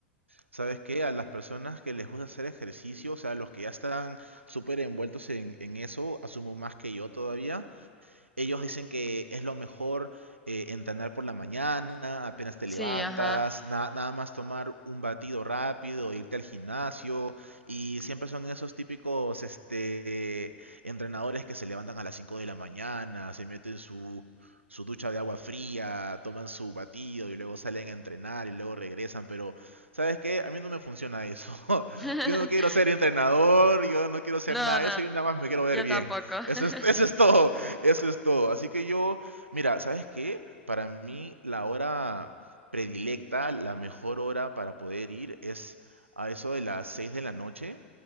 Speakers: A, on the right (about 85°); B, in the centre.
A: ¿Sabes qué? A las personas que les gusta hacer ejercicio, o sea, los que ya están súper envueltos en, en eso, asumo más que yo todavía, ellos dicen que es lo mejor eh, entrenar por la mañana, apenas te
B: Sí,
A: levantas,
B: ajá.
A: na- nada más tomar un batido rápido, irte al gimnasio. Y siempre son esos típicos este, entrenadores que se levantan a las 5 de la mañana, se meten su, su ducha de agua fría, toman su batido y luego salen a entrenar y luego regresan. Pero, ¿sabes qué? A mí no me funciona eso. <laughs>
B: <laughs>
A: Yo no quiero ser entrenador, yo no quiero ser
B: No,
A: nada
B: no,
A: de eso, yo nada más me quiero ver
B: yo
A: bien.
B: tampoco. <laughs>
A: Eso es, eso es todo. Eso es todo. Así que yo, mira, ¿sabes qué? Para mí la hora predilecta, la mejor hora para poder ir es a eso de las 6 de la noche,